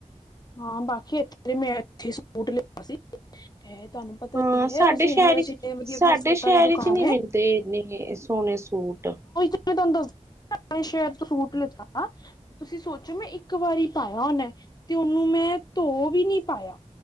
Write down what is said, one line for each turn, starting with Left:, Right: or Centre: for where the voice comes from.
Left: ਹਾ ਬਾਕੀ ਏਥੇ ਮੈਂ ਏਥੇ ਸੂਟ ਲਿਤਾ ਸੀ
Right: <inaudible>
Left: ਇਹ ਤੁਹਾਨੂੰ ਪਤਾ
Right: ਹਾਂ
Left: ਹੀ
Right: ਸਾਡੇ
Left: ਹੈ ਉਸ ਏਰੀਆ
Right: ਸ਼ੈਰ, ਚ
Left: ਵਧੀਆ
Right: ਸਾਡੇ
Left: ਵਧੀਆ ਸੂਟਾਂ
Right: ਸ਼ੈਰ
Left: ਦੀ ਦੁਕਾਨ
Right: ਚ ਨੀ
Left: ਹੈ
Right: ਮਿਲਦੇ ਏੰਨੇ ਸੋਣੇ ਸੁ ਸੂਟ
Left: <unintelligible> ਤਾਨੂੰ ਦੱਸ <unintelligible> ਪਣੇ ਸ਼ੈਰ ਤੋਂ ਸੂਟ ਲਿੱਤਾ, ਤੁਸੀ ਸੋ ਚ, ਮੈ ਏਕ ਵਾਰੀ ਪਾਆ ਓਨੈ, ਤੇ ਓਨੂੰ ਮੈਂ ਧੋ ਵੀ ਨੀ ਪਾਆ